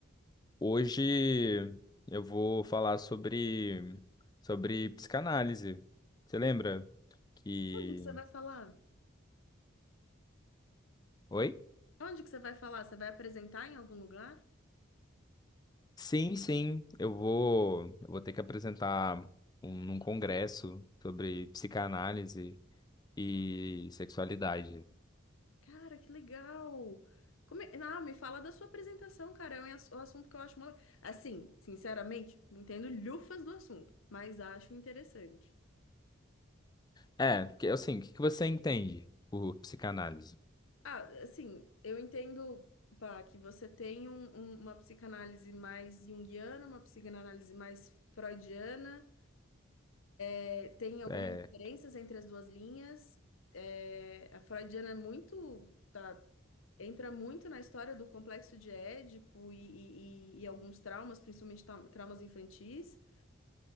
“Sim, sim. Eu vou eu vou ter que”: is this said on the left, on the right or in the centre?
Left